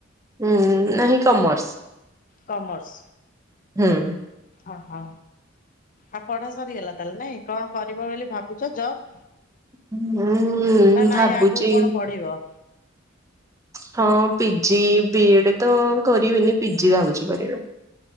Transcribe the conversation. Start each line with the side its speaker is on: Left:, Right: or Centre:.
Right: ହୁଁ ନାହିଁ କମର୍ସ।
Left: କମର୍ସ
Right: ହୁଁ।
Left: ଅ ହ। ଆଉ ପଢା ସରିଗଲା ତାହେଲେ ନାଇଁ କଣ କରିବ ବୋଲି ଭାବୁଛ ଜବ୍।
Right: ହୁଁ
Left: ନା ନାଇଁ
Right: ଭାବୁଛି
Left: ଆଗକୁ କଣ ପଢିବ?
Right: ହଁ ପିଜି ବି ଏଡ ତ କରିବେନି ପିଜି ଭାବୁଛି କରିବେ।